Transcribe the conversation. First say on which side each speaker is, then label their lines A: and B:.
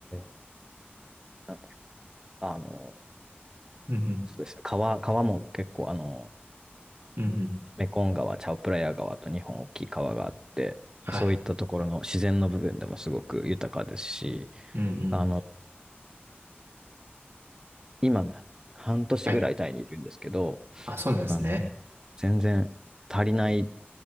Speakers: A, on the right; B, on the right.
A: ー、なんかあの、
B: うん、
A: そうですね。川、川も結構、あの、
B: うん、うん、
A: メコン川、チャオプラヤ川と日本大きい川があって、
B: はい。
A: まあそういったところの自然の部分でもすごく豊かですし、
B: うん、うん、
A: あの、今ね、半年ぐらいタイにいるんですけど、
B: はい。あ、そうなんですね。
A: あの、全然足りない、